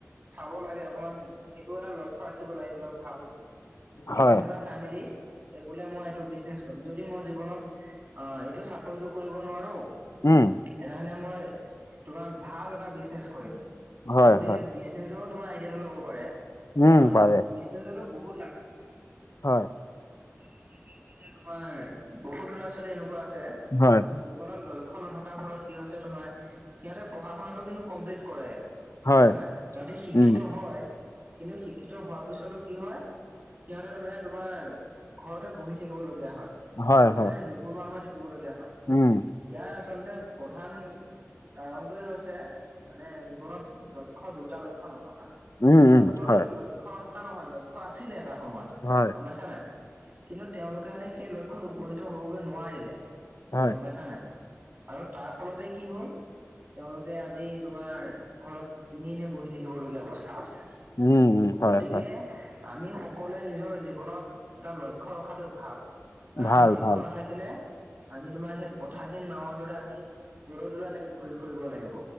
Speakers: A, on the right (about 35°); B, on the left (about 75°).
A: চাব লাগে অকনমান সেইটো এটা লক্ষ্য ৰাখিব লাগে কিবা ভাল বিজনেছ
B: হয়,
A: এটা চাই মেলি এই বোলে মই এইটো বিজনেছ কৰি যদি মই জীৱনত অ এইটো চাকৰিটো কৰিব নোৱাৰো
B: উম,
A: তেনেহলে মই তোমাৰ ভাল এটা বিজনেচ কৰিম সেই
B: হয়,
A: গতিকে
B: হয়,
A: বিজনেছৰ তোমাৰ আইডিয়াটো ল'ব পাৰে
B: উম,
A: কাৰণ
B: পাৰে
A: বিজনেজতো বহুত লাভ আছে গম পাইছা নাই
B: হয়
A: <unintelligible> এতিয়া তোমাৰ বহুত ল'ৰা ছোৱালী এনেকুৱা আছে
B: হয়,
A: জীৱনত ল ক্ষ্য নথকাৰ ফলত কি হৈছে তোমাৰ সিহঁতে পঢ়া শুনাটো কিন্তু কমপ্লিট কৰে গম
B: হয়,
A: পাইছা নাই সিহঁতি শিক্ষিত
B: উম,
A: হয় কিন্তু শিক্ষিত হোৱাৰ পিছতো কি হয় সিহঁতে ত মানে তোমাৰ ঘৰতে বহি থাকিব লগীয়া হয় মানে
B: হয়,
A: গম পাইছে
B: হয়,
A: নে নিবনুৱা হৈ থাকিবলগীয়া হয়
B: উম
A: ইয়াৰ আচলতে প্ৰধান কাৰণটোৱে হৈছে মানে জীৱনত লক্ষ্য দুটা লক্ষ্য নথকা
B: উম,
A: তেওঁলোকৰ
B: উম, হয়,
A: কিন্তু লক্ষ্য নথকা নহয় লক্ষ্য আছিলে এটা সময়ত
B: হয়,
A: গম পাইছা নাই কিন্তু তেওঁলোকে মানে সেই লক্ষ্যত উপনীত হবগৈ নোৱাৰিলে
B: হয়।
A: গম পাইছা নাই। আৰু তাৰ ফলতে কি হ'ল তেওঁলোকে আজি তোমাৰ ঘৰত এনেই এনে বহি থাকিব লগীয়া অৱস্থা হৈছে
B: উম উম হয়
A: গতিকে
B: হয়
A: আমি সকলোৱে নিজৰ জীৱনত এটা লক্ষ্য ৰখাটো ভাল কাৰণ
B: ভাল,
A: লক্ষ্য
B: ভাল,
A: নাথাকিলে আমি তোমাৰ সেই ব ঠাহীন নাৱৰ দৰে আমি জলৈ তলৈ এনেকে ঘূৰি ফুৰিব লাগিব